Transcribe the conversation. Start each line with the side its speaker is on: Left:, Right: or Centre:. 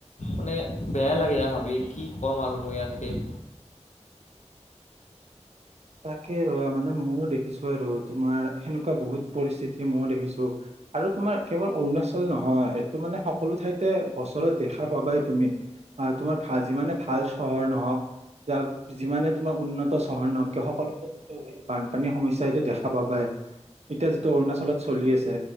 Left: মানে বেয়া লাগে ভাবি কি ক'ম আৰু মই ইয়াতকৈ।
Right: <inaudible> তাকে ৰোৱা মানে মইও দেখিছো আৰু তোমাৰ সেনেকুৱা বহুত পৰিস্থিতি মই দেখিছো। আৰু তোমাৰ কেৱল অৰুণাচল নহয় এইটো মানে সকলো ঠাইতে বছৰত দেখা পাবাই তুমি। আহ তোমাৰ ভাল যিমানে ভাল চহৰ নহওক বা যিমানে তোমাৰ উন্নত চহৰ নহওক। কে সকলতো যিটো এই বানপানীৰ সমস্যা এটো দেখা পাবায়ে এতিয়া যিটো অৰুণাচলত চলি আছে,